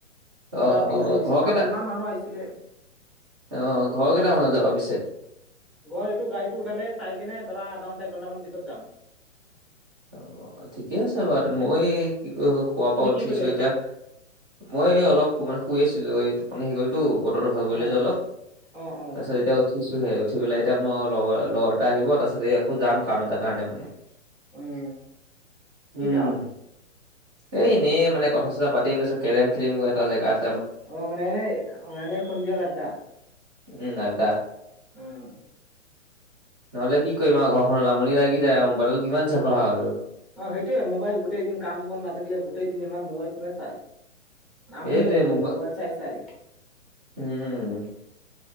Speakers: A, on the right; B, in the centre.
A: অ
B: পুৰা
A: অ
B: ভিৰ হৈ গৈছে
A: ঘৰ
B: ম
A: কেইটা
B: ইমান মানুহ আহিছিলে
A: অ', ঘৰ কেইটামানত যাবা পিছে?
B: ঘৰ এইটো গাড়ীটো উঠালে চাই কি কেনে ধৰা আধা ঘণ্টা, একঘণ্টামান পিছত যাম।
A: অ', ঠিকে আছে বাৰু, মই খোৱাৰ
B: তুমি
A: পৰা উঠিছো
B: কি কৰি আছা
A: এতিয়া। মই অলপ মানে শুই আছিলো, <unintelligible> গ'লতো বতৰটো ভাল কৰিলে
B: অ
A: যে অলপ।
B: অ', অ'।
A: তাৰপিছত এতিয়া উঠিছোহে, উঠি পেলাই এতিয়া মোৰ লগৰ-লগৰ এটা আহিব। তাৰপাছত আকো যাম, কাম এটা কাৰণে মানে।
B: উম,
A: উম
B: কি কাম?
A: এনেই মানে কথা চথা পাতিম, <unintelligible> কেৰেম খেলিম গৈ এটা জেগাত।
B: অ', মানে এ এনেই সন্ধিয়াৰ আদ্দা।
A: উম, আড্ডা।
B: উম।
A: নহ'লে কি কৰিম আৰু ঘৰখনত আমনি লাগি যায়, আৰু মোবাইলত কিমান চাবা আৰু।
B: অ', সেইটোয়ে মোবাইল গোটেই দিন কাম বন নাথাকিলে, গোতেইদিন ইমান মোবাইল কোনে চাই। আামনি
A: এইটোৱে
B: লাগি যায়,
A: মোবাই
B: মবাইল চাই চাই।
A: উম।